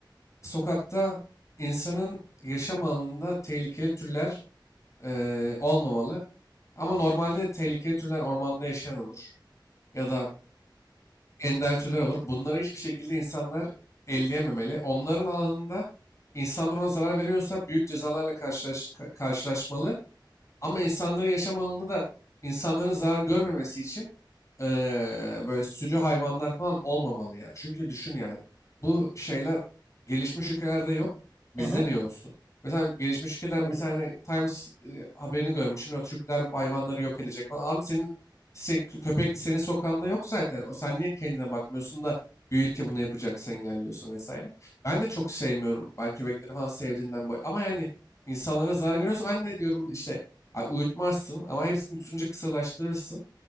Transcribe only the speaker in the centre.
Hı hı.
Tabii.